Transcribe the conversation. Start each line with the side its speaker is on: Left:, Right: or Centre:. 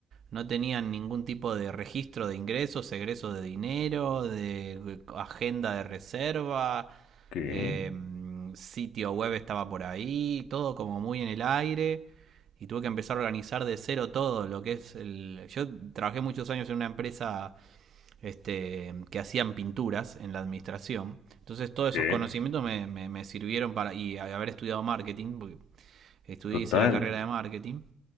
Right: no tenían ningún tipo de registro de ingresos, egresos de dinero, de agenda de reserva,
Left: Ok.
Right: eh, sitio web estaba por ahí, todo como muy en el aire. Y tuve que empezar a organizar de cero todo lo que es el... Yo trabajé muchos años en una empresa este, que hacían pinturas en la administración. Entonces todos esos
Left: Sí.
Right: conocimientos me, me, me sirvieron para, y haber estudiado marketing, porque estudié,
Left: Total.
Right: hice la carrera de marketing,